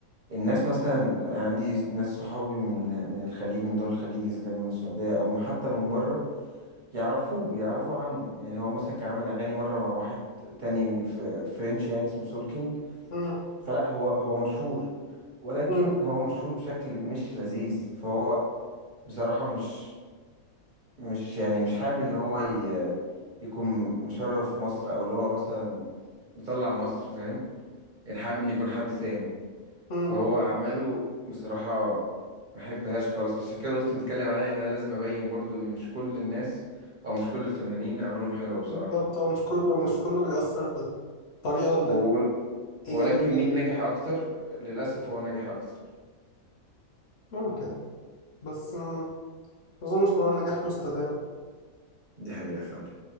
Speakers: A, on the right (about 50°); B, on the left (about 55°).
A: الناس مثلا يعني عندي ناس صحابي من من الخليج من دول الخليج اذا كان من السعودية او حتى من بره يعرفوه يعرفوا عنه يعني هو مثلا كان عامل اغاني مرة مع واحد تاني في فرنش يعني اسمه سولكينج
B: م-
A: فلا هو هو مشهور ولكن
B: م-
A: هو مشهور بشكل مش لذيذ فهو بصراحة مش مش يعني مش حابب ان هو ي... يكون مشرف مصر او اللي هو مثلا مطلع مصر فاهم يعني حابب ان يكون حد تاني
B: م-
A: فهو اعماله بصراحة ما احبهاش خالص فعشان كده قلت نتكلم عليها ان انا لازم ابين برضو ان مش كل الناس او مش كل الفنانين اعمالهم حلوة بصراحة
B: بالظبط هو مش كله مش كله بيأثر بالطريقة
A: و...
B: الإيجابية
A: ولكن مين
B: دي
A: نجح اكتر للاسف هو نجح اكتر
B: ممكن بس ما أظنش إن هو نجاح مستدام
A: دي حقيقة فعلا